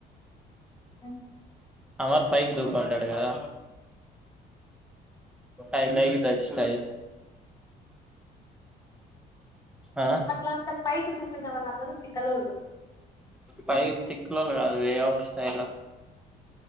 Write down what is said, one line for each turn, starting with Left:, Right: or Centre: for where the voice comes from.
Left: ఆమ్
Centre: అమర్ పైకి దువుకుంటాడు కదా ఐ లైక్ దట్ <inaudible> అ అ
Left: అట్లా అంట పైకి దూకునే వాళ్ళందరూ తిక్కలోళ్ళు
Centre: పై తిక్లోళ్ళు కాదు way of style